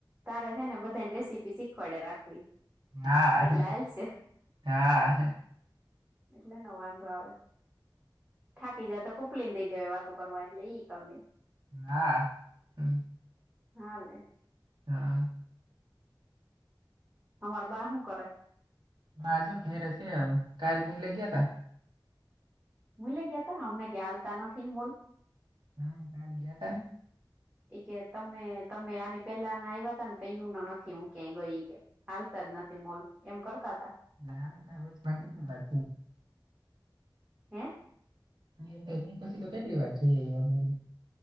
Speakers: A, on the right; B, on the right.
A: તારે છે ને બધાને રેસીપી શીખવાડે રાખવી.
B: હા
A: એટલે હાલસે.
B: હા હા
A: એટલે ન વાંધો આવે. થાકી જાતો કુપ લીને દઈ દેવાય વાતો કરવા એટલે ઈ કર લેય.
B: હા હમ.
A: હાલે.
B: હઅ
A: અમારા બા હું કરે?
B: બા જો ઘરે છે હવે કાલ મૂલે ગયાતા.
A: મૂલે ગયાતા અમને કે આલતા નથી ને મૂલ.
B: હમ કાલ ગયાતા ને.
A: એ કે તમે તમે આની પેલા ના આવ્યા તાને તઈ હું ના નથી હું ક્યાંય ગઈ ઈકે. આલતા જ નથી મુલ. એમ કરતા તા.
B: નારે ના
A: હે
B: <inaudible> એ પેકિંગ પછી તો કેટલી વાર જઈ આયવા અમેએ.